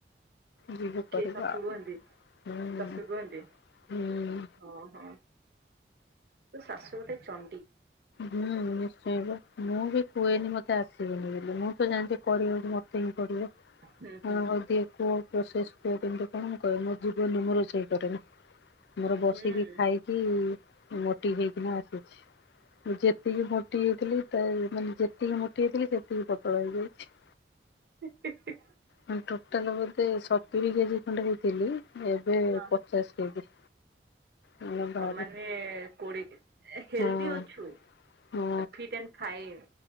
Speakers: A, on the left; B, on the right.
A: ଯିବୁ କରିବା
B: କିଏ ସାସୁ
A: ଆଉ
B: କୁହନ୍ତି
A: ହୁଁ
B: ସାସୁ କୁହନ୍ତି?
A: ହୁଁ।
B: ହଁ ହଁ ତୋ ଶାଶୁ ଗୋଟେ ଚଣ୍ଡି।
A: ହୁଁ ନିଶ୍ଚୟପା। ମୁଁ ବି କୁହେନି ମୋତେ ଆସିବନି ବୋଲି ମୁଁ ତ ଜାଣିଛି କରିିବାକୁ ମତେ ହିଁ ପଡ଼ିବ।
B: ହୁଁ
A: ହ ହଉ ଟିକେ କୁହ ପ୍ରୋସେସ ପୁଅ କିନ୍ତୁ କଣ କହେ ମୋ ଜୀବନେ ମୁଁ ରୋଷେଇ କରେନି ମୋର ବସିକି
B: ହୁଁ
A: ଖାଇ କି ମୋଟି ହେଇକିନା ଆସିଛି। ମୁଁ ଯେତିକି ମୋଟି ହେଇଥିଲି ତା ମାନେ ଯେତିକି ମୋଟି ହେଇଥିଲି ସେତିକି ପତଳା ହେଇଯାଇଛି।
B: ହି ହି ହି।
A: ମାନେ ଟୋଟାଲ ବୋଧେ ସତୁରି କେଜି ଖଣ୍ଡେ ହେଇଥିଲି ଏବେ
B: ହଁ
A: ପଚାଶ କେଜି। ମାନେ ଭାବେ
B: ଆ ମାନେ କୋଡି ହେଲଦି
A: ହଁ
B: ଅଛୁ
A: ହଁ
B: ଫିଟ୍ ଆଣ୍ଡ ଫାଇନ,